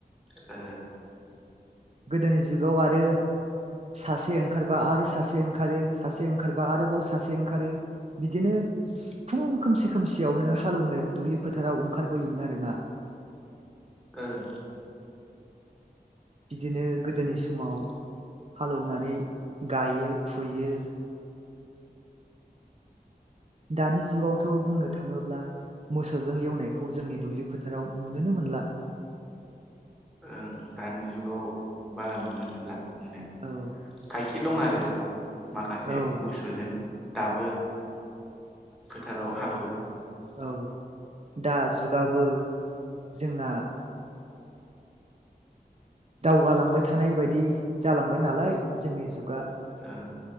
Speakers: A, in the centre; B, on the right.
A: ओ,
B: गोदोनि जुगाव आरो सासे ओंखारबा आरो सासे ओंखारो सासे ओंखारबा आरोबाव सासे ओंखारो। बिदिनो फुं खोमसि खोमसियावनो हालौनो दुब्लि फोथाराव ओंखारबोयोमोन आरोना।
A: ओं
B: बिदिनो गोदोनि समाव हालेवनानै गायो फुयो। दानि जुगावथ' बुंनो थाङोब्ला मोसौजों एवनायखौ जोंनि दुब्लि फोथाराव नुनोनो मोनला।
A: <inaudible> ओं दानि जुगाव बारा नुनो मोनला नुनाया,
B: औ
A: खायसे दं आरो माखासे
B: औ
A: मोसौजों दाबो फोथाराव हालेवो।
B: औ दा जुगाबो जोंना दावगालांबाय थानाय बायदि जालांबाय नालाय जोंनि जुगा
A: ओं